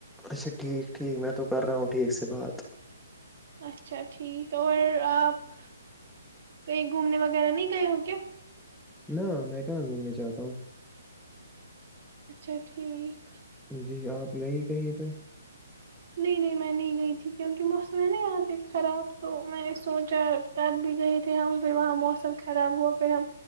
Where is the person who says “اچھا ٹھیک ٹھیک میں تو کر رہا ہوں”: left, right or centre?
Centre